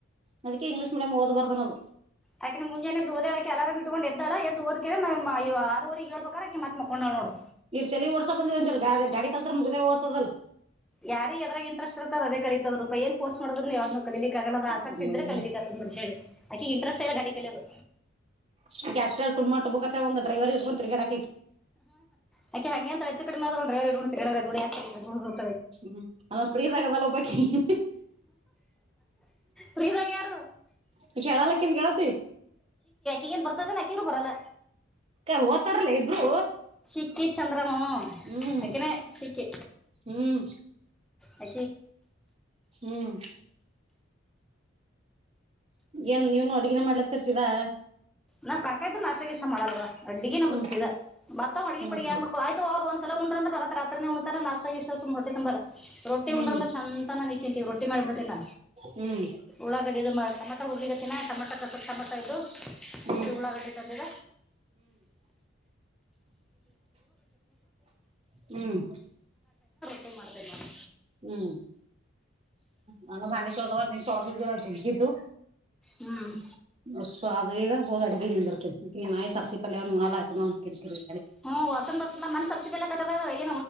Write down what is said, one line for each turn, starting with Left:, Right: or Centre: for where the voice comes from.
Right: ಅದಕ್ಕೆ ಇಂಗ್ಲೀಷ್ ಮಡಿಯಂ್ ಓ್ ಬರ್ಬಾ ಅದು
Centre: ಯಾಕಂದೆ ಮುಂಜಾನನೆ ದೋದಳೆ ಎಾರ ಬಿಟ್ಟ ತೊಂಡ ಎ್ದಳ ಎ್ರ್ಕಿ ನ ಆರವರೆಗೆ ಹೇಳ್ಬೇಕಾರೆಕ ಮತ್ ಮಕ್ಕೊಂಡಳ ನೋಡು
Right: ಇರ್ ತಲಿ ಓಡ್ಸ ಬಂದ್ವಂದ ಗಾ ಗಾಡಿ ಕಲ್ತ್ರರ್ ಮುಗ್ದ ದ್ತದಲ್ಲ
Centre: ಯಾರಿಗೆ ಎದ್ರಾಗ ಇಂಟೆಸ್ಟ್ ಇರ್ದೇ ಕಲಿತದ ರೂಪ ಏನ್ೋರ್ ಮಾಡ್್ರ ನೀ ಯಾವ್ದ ಕಲೀಲಿಕ್ಕೆ ಆಗಣದದು ಆಸಕ್ತಿ
Right: ಹ್ಮ್
Centre: ಅಂದ್ರೆ ಕಲೀಲಿಕ್ಕೆ ಆತದ್ ಮನುಷ್ಯಾಗ ಆಕೆ ಇಂಟ್ರೆಸ್ಟ್ ಇಲ್ಲ ಗಾಡಿ ಕಲಿಯೋದು
Right: ಈ ಟು ಟುತ್ತೆ ಒಂದು ಡ್ರೈರ್ ಇದಕೊ ತಿರ್ಗಡೆ
Centre: ಹಾ್ಕೆ ಹಂಗೆ ಅಂತ ಹೆಚ್ಚ ಕಡೆಮ ಮಾಡ್್ರವ ಇ
Right: ಹ್ಮ ಅ ಪ್ರ ಇದ ಆಾಗದಲ್ಲ ಒಬ್ ಬಕಿ ಹ್ಮ್
Centre: ಫ್ರೀದಾಗ ಯಾರು
Right: ಪ ಶ್ಯಳಲ್ಲಕ್ಕನ ಕತ್ತ
Centre: ಈಗನ್ ಬರ್ತದೆ ನಕಿರು ಬರಲ್ಲ
Right: ಅ ಓತಾರಲ್ಲ ಇಬ್ರು
Centre: ಶಕ್ಕೆ ಚಂದ್ರ ಆನ
Right: ಹ್ಮ್
Centre: ಚ
Right: ಹ್ಮ್
Centre: ಆ
Right: ಹ್ಮ್ ಏನ್ ನೀವನು ಅಡ್ಗನ ಮಾಡ್ಲತ್ತರ್ಸಿದಾ
Centre: ನಾ ಕಾಕಾಯ್ತು ನಾಸಗಸ ಮಾಡಲ್ವ ಅಡ್ಡಿಿಗೆ ನಮ್ದ್ಸಿದ
Right: ಹ್ಮ್
Centre: ಮತ್ತತ್ ಅಡ್ಗೆಿ
Right: ಹ್ಮ್
Centre: ಪಡ್ಿಗೆ ಯಾರ ಮಾಡ್ಕೋ ಆಯ್ತ ಅವರು ಒಂದಸಲ ಉ್ಣ್ರಂದ್ರೆಾತ್ರಿೇ ಉಣ್ತಾರೆ ನಾ ಎಷ್ಟ ಸುಮ್ ಹೊಟ್ಟೆ ತುಂಬಲ್ಲ ರೊಟ್ಟಿ
Right: ಹ್ಮ್
Centre: ಉಂಡ್ರಂದ್ರೆ ಶ ಅಂತ ನಾನನ್ ನಿಚಿಂತೀಿ ರೊಟ್ಟಿ ಮಾಡಿಬಿಡ್ತನ
Right: ಹ್ಮ್
Centre: ಉಳ್ಳಳಾಗಡೆ ಇದು ಟಮಟ ಹುರ್ಲಿಿತ್ತಿನ ಟಮಟೋ ಕಸತ್ ಟಮಟ ಇದು
Right: ಹ
Centre: ಹಾಕೆ ಉಳಾಗಲಿ ತಂದರ
Right: ಹ್ಮ್
Centre: ಿ ಮಾಡ್ತೇನೆ ನವು
Right: ಹ್ಮ್ ನಾನು ಬಾಂಡೆ ಚಳದವಾಗ ನಿನ್ ತೊಳಗಿದ್ದಿರ ದುಡ್ಗಿದ್ದು
Centre: ಹ್ಮ್
Right: ಅ ಅ ಈಗ ಹೋಗಿ ಅಡ್ಗಿನ ನಿಂದಿರ್ತ್ತೆ ಈ ನಾಯಿ ಸರ್ಸಿ ಪಲ್ಯ ಒ್ ಉಣಾಲ ಹಾ ನಂದು ಕಿರಿಕೀರಿ
Centre: ಹ್ಮ್ ವಸನ್ ಬರ್ತ ಮ ಸಸಿ ಎಲ್ಲ ಕ ಏ